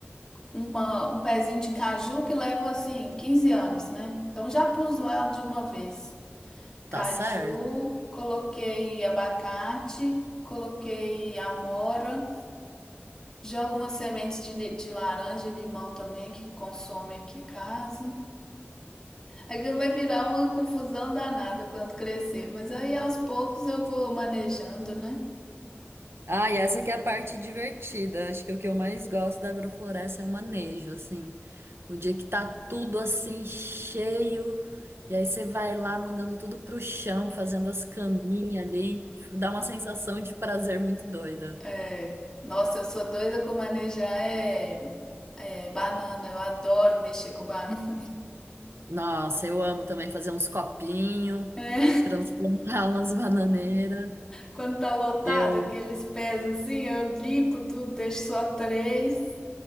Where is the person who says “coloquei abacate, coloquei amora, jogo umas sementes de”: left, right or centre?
Left